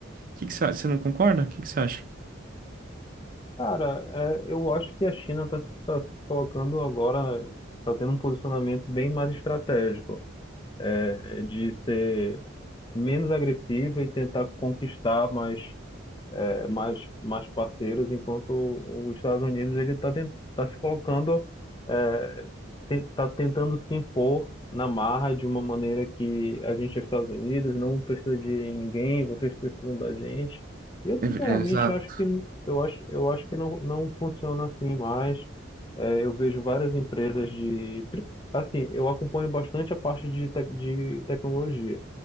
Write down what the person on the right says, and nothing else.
que que você acha? Você não concorda? O que que você acha?
É,
é, exato.